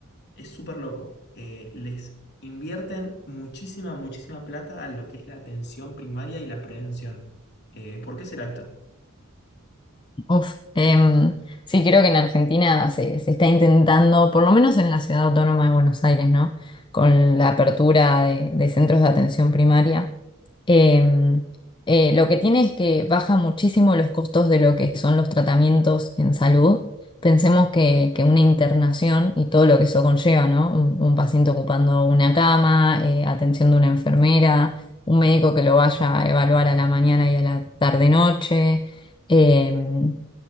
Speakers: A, on the left; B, on the left.
A: Es súper loco. Eh, les invierten muchísima, muchísima plata a lo que es la atención primaria y la prevención. Eh, ¿por qué será esto?
B: Uf, em, sí, creo que en Argentina se, se está intentando, por lo menos en la Ciudad Autónoma de Buenos Aires, ¿no? Con la apertura de, de centros de atención primaria. Em, eh, lo que tiene es que baja muchísimo los costos de lo que son los tratamientos en salud. Pensemos que, que una internación y todo lo que eso conlleva, ¿no? Un, un paciente ocupando una cama, eh, atención de una enfermera, un médico que lo vaya a evaluar a la mañana y a la tarde-noche. Em,